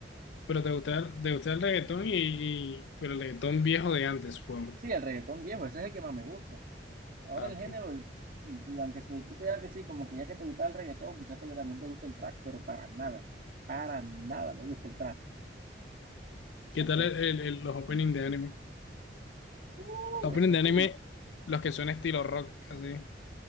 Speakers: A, on the left (about 85°); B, on the right (about 50°).
A: Pero te gusta, el- te gusta el reggaetón y, y- pero el reggaetón viejo de antes, supongo.
B: Sí, el reggaetón viejo, ese es el que más me gusta. Ahora
A: Ah,
B: el
A: pues.
B: género, el- el- aunque se- tú pudieras decir como que ya que te gusta el reggaetón, quizás te, también te gusta el trap, pero para nada, para nada me gusta el trap.
A: ¿Qué
B: No
A: tal
B: sé,
A: el, el- el- los openings de anime?
B: Uh,
A: Los openings
B: eso
A: de
B: sí,
A: anime, los que son estilo rock, así.